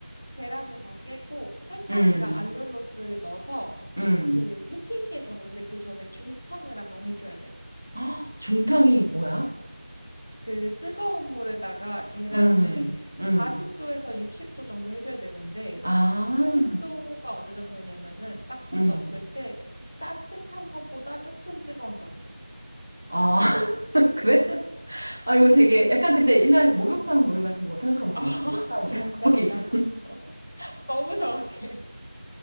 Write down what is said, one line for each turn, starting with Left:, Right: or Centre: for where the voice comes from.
Left: 계란을 다 깨고 설탕이랑
Right: 음,
Left: 알룰로스를 넣어서
Right: 음.
Left: 그 휘핑기에 젓는데 그 전에 중탕을 한번 해줘야 돼.
Right: <gasps> 헉, 중탕이 뭐야?
Left: 그 뜨거운 물에다가 계란을
Right: 음, 음.
Left: 40도에서 60도 정도 해줘야 되는데
Right: 아,
Left: 40도가 어느 정도냐면은 딱 손
Right: 음.
Left: 넣었을 때 따뜻한 것보다 조금 뜨거운 정도.
Right: 아, <laughs> 그래? 아, 이거 되게, 약간 근데 옛날에 그 목욕탕 물 같은 거 생각하면 되겠다.
Left: 아, <laughs>
Right: 목욕탕,
Left: 정답이야.
Right: <laughs> 거기 있잖아.
Left: <laughs> 너무 정확해.